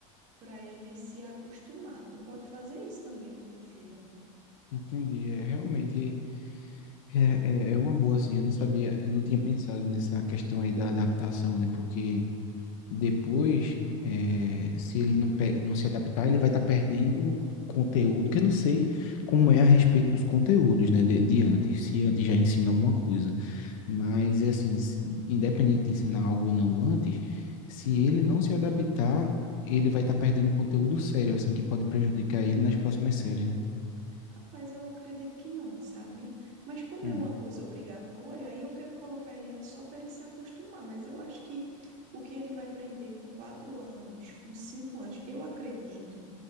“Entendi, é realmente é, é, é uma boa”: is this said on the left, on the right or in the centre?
Left